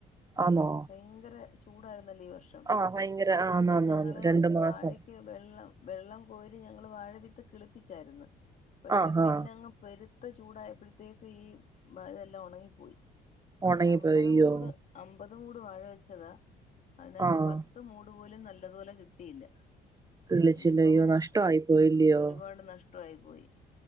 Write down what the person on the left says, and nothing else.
ഭയങ്കര ചൂടായിരുന്നല്ലോ ഈ വർഷം
അപ്പ ഞങ്ങള്
വഴക്ക് വെള്ളം വെള്ളം കോരി ഞങ്ങള് വാഴവിത്ത് കിളിപ്പിച്ചായിരുന്നു. പക്ഷെ
പിന്നെങ്ങ് പെരുത്ത് ചൂടായപ്പഴത്തേക്ക് ഈ ഇതെല്ലാം ഉണങ്ങിപ്പോയി. അങ്ങനെ
അമ്പത്
മൂട് അമ്പത് മൂട് വാഴ വെച്ചതാ. അതിനകത്ത്
പത്ത് മൂട് പോലും നല്ലതുപോലെ കിട്ടിയില്ല.
പിന്നിപ്പം
ഒരുപാട് നഷ്ട ടായി പോയി.